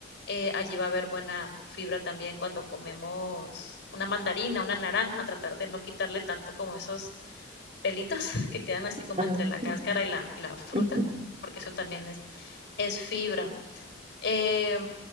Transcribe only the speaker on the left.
Eh, allí va a haber buena fibra también cuando comemos una mandarina, una naranja, tratar de no quitarle tanto como esos pelitos <laughs> que quedan así como
entre la cáscara
y la, y la fruta,
porque eso también es, es fibra. Eh,